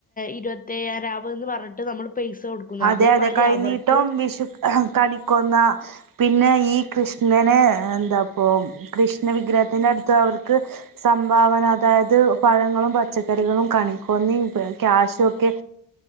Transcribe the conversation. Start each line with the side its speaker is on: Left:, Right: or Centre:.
Left: ഇരുപത്തേഴാം രാവ് ന്ന് പറഞ്ഞിട്ട് നമ്മൾ പൈസ കൊടുക്കുന്നു.
Right: അതെ
Left: അതേമാതിരി
Right: അതെ കൈനീട്ടം
Left: അവർക്ക്
Right: വിഷു ഹ കണിക്കൊന്ന പിന്നെ ഈ കൃഷ്ണനെ എന്താപ്പൊ കൃഷ്ണ വിഗ്രഹത്തിന്റെ അടുത്ത് അവർക്ക് സംഭാവന അതായത് പഴങ്ങളും പച്ചക്കറികളും കണിക്കൊന്നി ക്യാശും ഒക്കെ